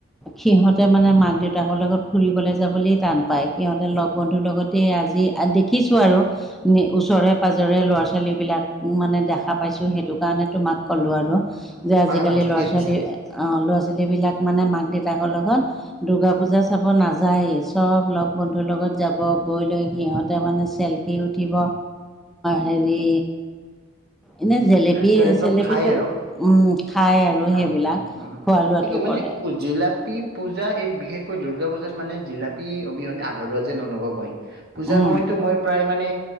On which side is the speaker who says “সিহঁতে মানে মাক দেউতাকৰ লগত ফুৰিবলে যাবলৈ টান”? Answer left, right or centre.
Centre